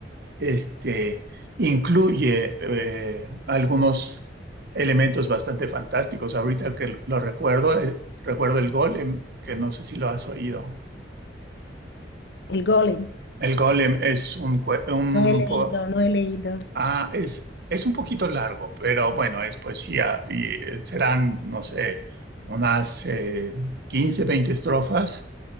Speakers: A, on the right; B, on the left.
A: este, incluye eh, algunos elementos bastante fantásticos. Ahorita que lo recuerdo, eh, recuerdo el Golem, que no sé si lo has oído.
B: El golem,
A: El Golem es un, cue- un
B: no he leído,
A: po-
B: no he leído.
A: Ah, es, es un poquito largo, pero bueno, es poesía y eh, serán, no sé, unas eh, 15, 20 estrofas